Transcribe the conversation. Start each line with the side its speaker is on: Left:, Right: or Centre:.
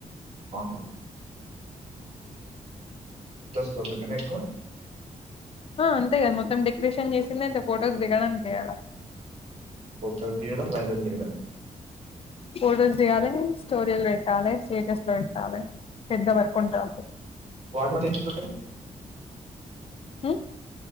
Right: ఆహా <unintelligible> మీద ఎక్కువ
Left: ఆ అంతే కదా మొత్తం డెకరేషన్ చేసింద అతే ఫొటోస్ దిగడానికే కదా
Right: ఫొటోలు తీయడం వైరల్ చేయడం
Left: ఫోటోస్ తీయాలి స్టోరీలు పెట్టాలి స్టేటస్ లో పెట్టాలి పెద్ద వర్క్ ఉంటాది
Right: వాటి వల్ల ఏం యూస్ ఉంటుంది
Left: మ్